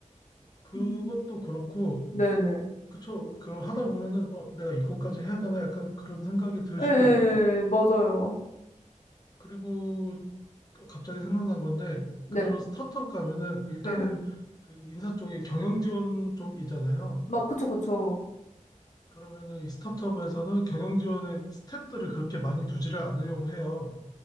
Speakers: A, on the left; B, on the left.
A: 그것도
B: 음.
A: 그렇고.
B: 네네.
A: 그쵸. 그럼 하다 보면은, 어, 내가 이것까지 해야 되나? 약간 그런 생각이 들 수도
B: 예예예.
A: 있고,
B: 맞아요.
A: 그리고 또 갑자기 생각난 건데,
B: 네.
A: 그런 스타트업 가면은, 일단은
B: 예예.
A: 그 인사 쪽에 경영 지원 쪽이잖아요.
B: 막 그쵸, 그쵸.
A: 그러면은 이 스타트업에서는 경영 지원의 스텝들을 그렇게 많이 두지를 않으려고 해요.